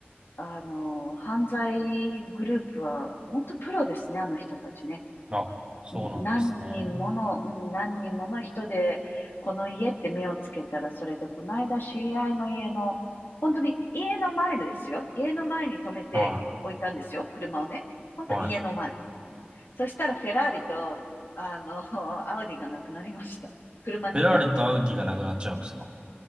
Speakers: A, on the left (about 65°); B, on the right (about 25°).
A: う、あのー、犯罪グループは本当プロですね、あの人たちね。
B: あ、そうなんですね。
A: 何人もの、うん何人もの人で、この家って目をつけたら、それで、この間知り合いの家の、本当に家の前ですよ。家の前に止めておいたんですよ。
B: は
A: 車をね。本当家の前。
B: い。はい。
A: そしたらフェラーリと、あの、<laughs> アウディがなくなりました。車2台。
B: フェラーリとアウディがなくなっちゃうんですか。